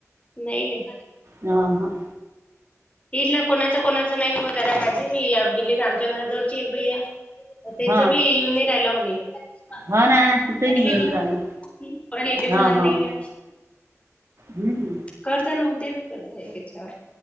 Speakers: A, on the left (about 25°); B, on the right (about 65°).
A: नाही
B: हो हो
A: त ना कोणाच कोणाचं नाही होत आता माझी मी <inaudible> आमच्या घरात जवळची एक बाई आहे
B: हो
A: त्याच बी येन राहिला होणे म्हटले
B: हो ना तिथंही नाही येऊन
A: क
B: राहिलं
A: येते
B: हो
A: कोणा नाही
B: हो हम्म
A: करते ना उद्या <inaudible> एकच्या